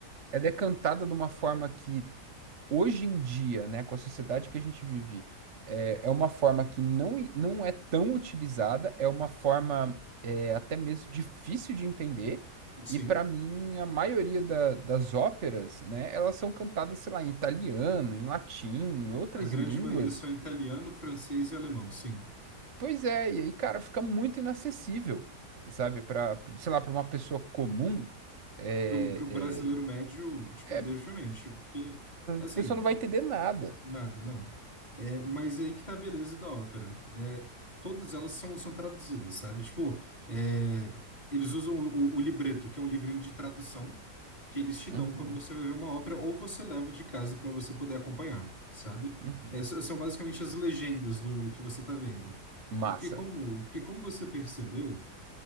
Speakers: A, on the right (about 50°); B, on the left (about 25°).
A: ela é cantada de uma forma que hoje em dia, né, com a sociedade que a gente vive, é, é uma forma que não, não é tão utilizada, é uma forma é, até mesmo difícil de entender.
B: Sim,
A: E para mim, a maioria da- das óperas, né, elas são cantadas, sei lá, em italiano, em latim, em outras
B: a grande
A: línguas.
B: maioria só é italiano, francês e alemão, sim.
A: Pois é, e aí, cara, fica muito inacessível, sabe? Para, sei lá, para uma pessoa comum, é,
B: Para o brasileiro médio, tipo,
A: é,
B: definitivamente,
A: é,
B: porque, assim,
A: a pessoa não
B: de-
A: vai entender nada.
B: nada, não. É, mas aí que tá a beleza da ópera. É, todas elas são, são traduzidas, sabe? Tipo, é, eles usam o, o, o libreto, que é um livrinho de tradução, que eles te
A: Uhum,
B: dão quando você vai ver uma ópera, ou você leva de casa para você poder acompanhar, sabe?
A: uhum.
B: Essas são basicamente as legendas do que você tá vendo.
A: Massa.
B: Porque como, porque como você percebeu,